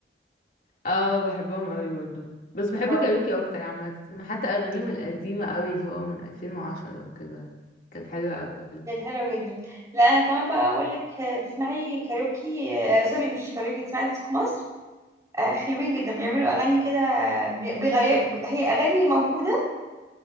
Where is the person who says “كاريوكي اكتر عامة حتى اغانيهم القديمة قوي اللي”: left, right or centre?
Left